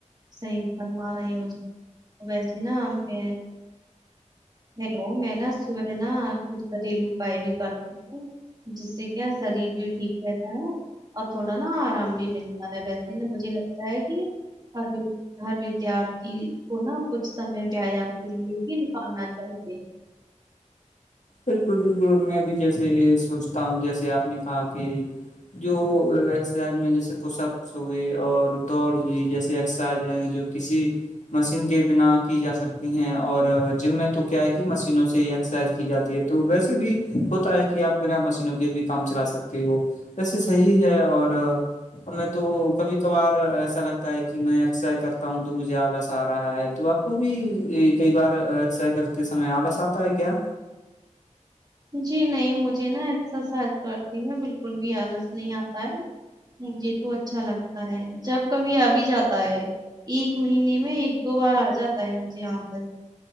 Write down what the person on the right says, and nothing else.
صحیح فرما رہے جی ہو ویسے نا ہم میں ہیلو میں نا صبع نا کچھ گھریلو اپائے بھی کرتی ہوں جس سے کیا شریر بھی ٹھیک رہتا ہے اور تھوڑا نا آرام بھی ملتا ہے ویسے مجھے لگتا ہے کہ ابھی ہر ودارتھی کو نا کچھ سمے ویایام کے لیے بھی نکالنا چاہیے
جی نہیں مجھے نا ایکسرسائج کرتی میں بالکل بھی آلس نہیں آتا ہے مجھے تو اچھا لگتا ہے جب کبھی ابھی جاتا ہے ایک مہینے میں ایک دو بار آ جاتا ہے مجھے آلس